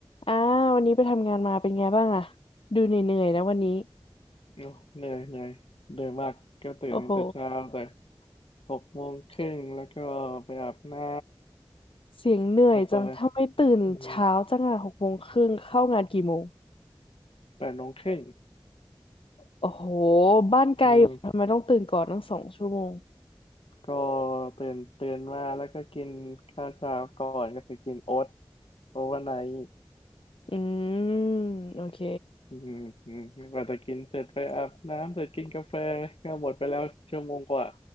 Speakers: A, on the left (about 70°); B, on the left (about 80°).
A: อ่าวันนี้ไปทำงานมาเป็นไงบ้างอะดูเหนื่อยๆนะวันนี้
B: โอ้เหนื่อยเหนื่อยเหนื่อยมากก็ตื่นตั้งแต่เช้าแต่
A: โอ้โห
B: หกโมงครึ่งแล้วก็ไปอาบน้
A: เสียงเหนื่อยจังถ้าไม่ตื่นเช้าจังอะหกโมงครึ่งเข้างานกี่โมง
B: ำแล้วก็อืมแปดโมงครึ่ง
A: โอ้โหบ้านไกลอยู่ทำไมต้องตื่นก่อนตั้งสองชั่วโมง
B: อืมก็ตื่นตื่นมาแล้วก็กินข้าวเช้าก่อนก็คือกินโอ๊ตโอเวอร์ไนท์
A: อืมโอเค
B: อืมอืมกว่าจะกินเสร็จไปอาบน้ำเสร็จกินกาแฟก็หมดไปแล้วชั่วโมงกว่า